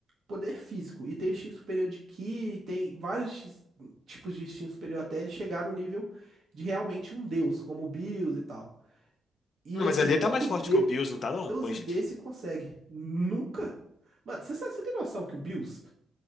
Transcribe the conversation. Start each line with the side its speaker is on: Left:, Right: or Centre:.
Right: poder físico. E tem instinto superior de ki, tem vários ins- tipos de instinto superior até ele chegar no nível de realmente um deus, como o Bills e tal. E
Left: Não, mas
Right: assim,
Left: ali
Right: poucos
Left: ele tá mais forte que o Bills, não tá,
Right: deuses
Left: não? Pois-
Right: desse consegue. Nunca. Mano, você sabe- você tem noção que o Bills,